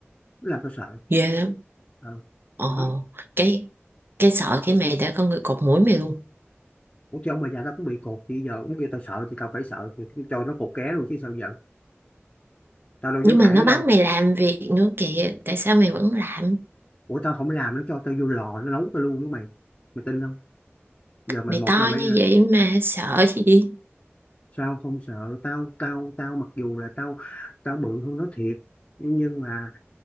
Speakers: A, on the left; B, on the right.
A: làm tao sợ
B: ghê lắm.
A: ừ.
B: Ồ,
A: nói
B: cái cái sợ cái mày đã con người cột mũi mày luôn.
A: Ủa thì ông bà già tao cũng bị cột thì giờ cũng kêu tao sợ thì tao phải sợ thì cho nó cột ké luôn chứ sao giờ tao đâu dám
B: Nhưng
A: cãi
B: mà nó
A: nó đâu
B: bắt mày làm việc nữa kìa, tại sao mày vẫn làm?
A: ủa tao không làm nó cho tao vô lò nó nấu tao luôn với mày mày tin không giờ mày
B: Mày
A: một
B: to
A: là mày
B: như
A: ra,
B: vậy mà sợ gì?
A: sao không sợ tao tao tao mặc dù là tao tao bự hơn nó thiệt nhưng mà